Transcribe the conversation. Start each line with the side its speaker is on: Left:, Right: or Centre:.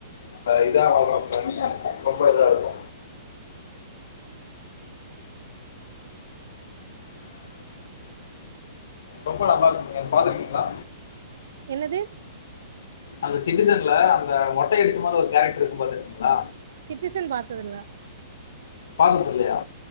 Left: நம்ப இதா வரோ அது இதா ரொம்ப இதா இருக்கு ரொம்ப நல்லா இருக்குங்க பாத்துஇருக்கீங்களா
Right: என்னது
Left: அந்த சிட்டிசன்ல அந்த மொட்டை அடிச்ச மாரி ஒரு கேரக்டர் இருக்கு பாத்துருக்கீங்களா
Right: சிட்டிசன் பாத்ததில்லா
Left: பாக்குரது இல்லையா